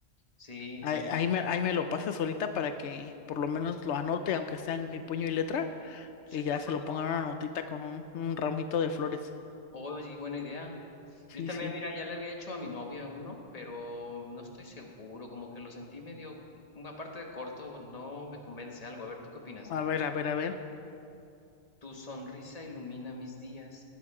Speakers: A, on the left; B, on the left.
A: sí,
B: Ahí,
A: sí,
B: ahí me, ahí me lo pasas ahorita para que por lo menos lo anote, aunque sea en mi puño y letra,
A: sí
B: y ya
A: te lo
B: se
A: paso.
B: lo pongan una notita con un, un ramito de flores.
A: Oh, sí, buena idea.
B: Sí,
A: Yo también,
B: sí.
A: mira, ya le había hecho a mi novia uno, pero no estoy seguro, como que lo sentí medio, mm, aparte de corto, no me convence algo. A ver, ¿tú qué opinas?
B: A ver, a ver, a ver.
A: Tu sonrisa ilumina mis días,